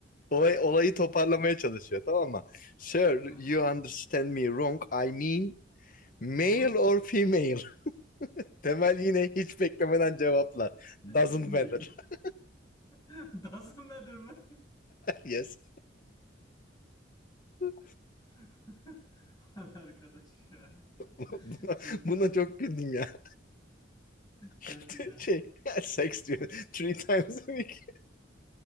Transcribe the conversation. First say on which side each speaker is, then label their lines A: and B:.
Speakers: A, on the left; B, on the left.
A: Olay, olayı toparlamaya çalışıyor tamam mı? Sir,
B: Hı hı.
A: you understand me wrong. I mean male
B: Hı hı.
A: or female. <laughs> Temel yine hiç beklemeden cevaplar. Doesn't
B: Female.
A: matter. <laughs>
B: <laughs> Doesn't matter mı?
A: Yes. <laughs>
B: <laughs> Lan arkadaş ya.
A: Buna,
B: Çok
A: buna
B: iyi.
A: çok güldüm ya. <laughs>
B: Çok iyi ya.
A: Şey, sex diyor. Three times a week.